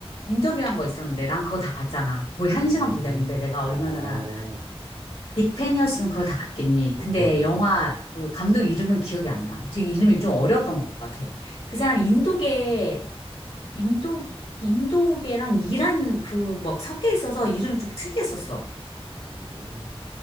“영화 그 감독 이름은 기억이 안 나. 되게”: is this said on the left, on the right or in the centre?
Left